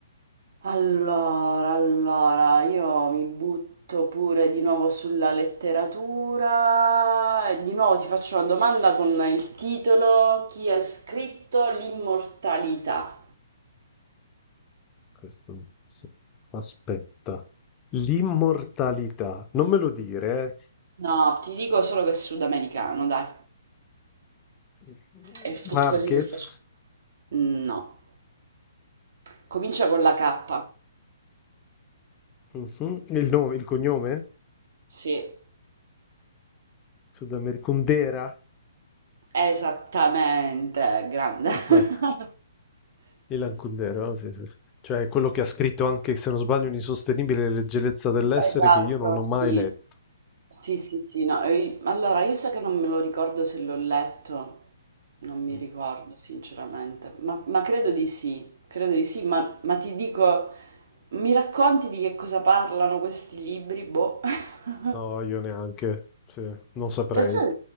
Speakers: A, on the right; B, on the left.
A: allora, allora, io mi butto pure di nuovo sulla letteratura. e Di nuovo ti faccio una domanda con il titolo Chi ha scritto l'immortalità?
B: questo... sì. Aspetta. L'immortalità. Non me lo dire,
A: No, ti dico solo che è sudamericano, dai.
B: eh.
A: E fu
B: Marquez,
A: così che fece. No, comincia con la K.
B: Mhm. Il nome, il cognome?
A: Sì,
B: Sudamericundera. <laughs>
A: esattamente, grande.
B: Ah, dai.
A: <laughs>
B: Ilan Kundera, sì, sì, sì. Cioè quello che ha scritto anche, se non sbaglio, un'insostenibile leggerezza dell'essere
A: Esatto,
B: che io non ho
A: sì.
B: mai letto.
A: Sì, sì, sì, no. e- Allora, io so che non me lo ricordo se l'ho letto, non mi
B: Mm,
A: ricordo sinceramente, ma, ma credo di sì, credo di sì, ma, ma ti dico, mi racconti di che cosa parlano questi libri? Boh. <laughs>
B: No, io neanche, sì, non saprei.
A: Non so,